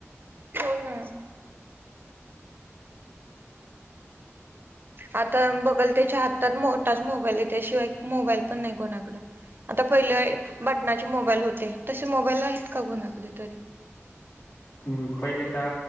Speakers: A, on the right (about 45°); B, on the left (about 65°).
A: हो ना. आता बघाल त्याच्या हातात मोठाच मोबाईल आहे, त्याशिवाय मोबाईल पण नाही कोणाकड. आता पहिले बटनाचे मोबाईल होते तसे, मोबाईल आहेच का कोणाकडे तरी.
B: हम्म पहिले तर